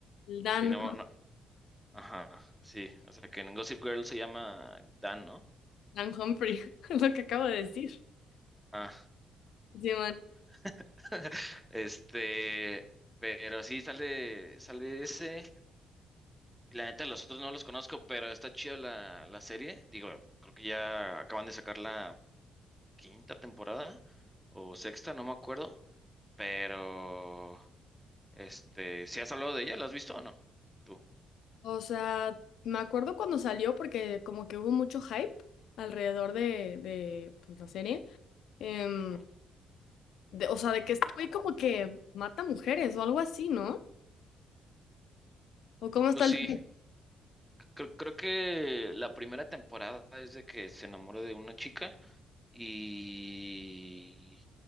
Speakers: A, on the left; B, in the centre.
A: El Dan,
B: Sí, no, no, ajá, sí. O sea, que en Gossip Girl se llama Dan, ¿no?
A: Dan Humphrey, <laughs> es lo que acabo de decir.
B: Ah,
A: Sí,
B: ah,
A: man.
B: perdón. <laughs> Este, pero sí, sale, sale ese. Y La neta, los otros no los conozco, pero está chida la, la serie. Digo, creo que ya acaban de sacarla quinta temporada o sexta, no me acuerdo, pero este, si has hablado de ella, ¿la has visto o no? Tú.
A: O sea, me acuerdo cuando salió porque como que hubo mucho hype alrededor de, de pues, la serie. Em,
B: Ujú.
A: de- o sea, de que este güey como que mata mujeres o algo así, ¿no? ¿O cómo está
B: Pues
A: el...
B: sí, cre- creo que la primera temporada es de que se enamora de una chica y,